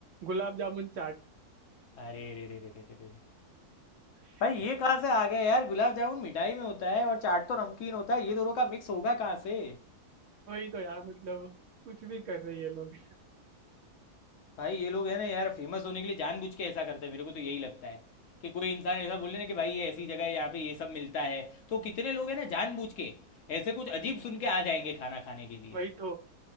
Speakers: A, on the right; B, on the left.
A: गुलाब जामुन चाट
B: अरे रे रे रे रे रे रे रे।
A: <laughs>
B: भाई ये कहाँ से आ गया यार गुलाब जामुन मिठाई में होता है और चाट तो नमकीन होता है ये दोनों का मिक्स होगा कहाँ से
A: वही तो यार मतलब कुछ भी कर रहे हैं ये लोग
B: भाई ये लोग है ना यार फेमस होने के लिए जानबूझ के ऐसा करते हैं मेरे को तो यही लगता है कि कोई इंसान ऐसा बोले ना कि भाई ये ऐसी जगह है यहाँ पे ये सब मिलता है तो कितने लोग हैं ना जानबूझ के ऐसे कुछ अजीब सुन के आ जाएंगे खाना खाने के लिए
A: वही तो